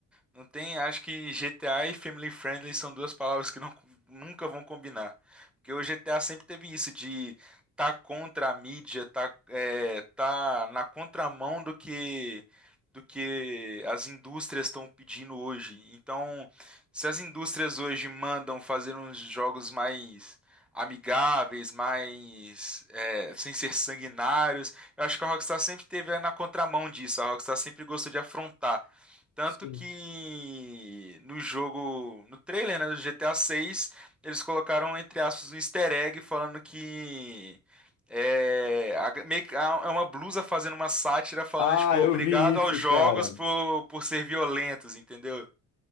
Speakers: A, in the centre; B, on the left.
A: Não tem, acho que GTA e Family Friendly são duas palavras que não, nunca vão combinar. Porque o GTA sempre teve isso de tá contra a mídia, tá, é, tá na contramão do que do que as indústrias estão pedindo hoje. Então, se as indústrias hoje mandam fazer uns jogos mais amigáveis, mais é, sem ser sanguinários, eu acho que a Rockstar sempre teve é, na contramão disso. A Rockstar sempre gostou de afrontar. Tanto
B: Sim.
A: que no jogo, no trailer, né, do GTA 6, eles colocaram, entre aspas, um easter egg falando que é, a- meio que- a- é uma blusa fazendo uma sátira falando,
B: Ah,
A: tipo, obrigado
B: eu vi isso,
A: aos jogos
B: cara.
A: por, por ser violentos, entendeu?